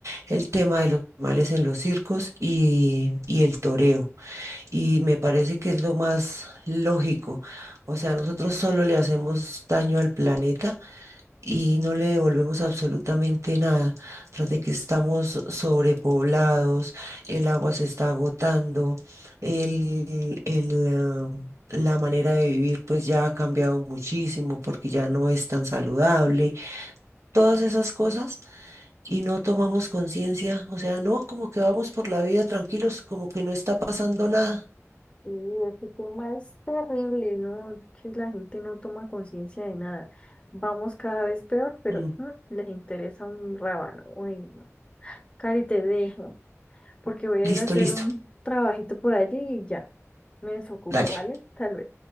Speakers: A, on the right; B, on the left.
A: el tema de los males en los circos y, y el toreo. Y me parece que es lo más lógico. O sea, nosotros solo le hacemos daño al planeta y no le devolvemos absolutamente nada. Tras de que estamos sobrepoblados, el agua se está agotando, el, el, ah, la manera de vivir pues ya ha cambiado muchísimo porque ya no es tan saludable. Todas esas cosas y no tomamos conciencia, o sea, no, como que vamos por la vida tranquilos, como que no está pasando nada.
B: Sí, ese tema es terrible, ¿no? Sí, la gente no toma conciencia de nada. Vamos cada vez peor, pero
A: Mm,
B: mm, les interesa un rábano. Uy, no. Cari, te dejo, porque voy a
A: Listo,
B: ir a hacer
A: listo.
B: un trabajito por allí y ya me desocupo,
A: Dale.
B: ¿vale? Tal vez.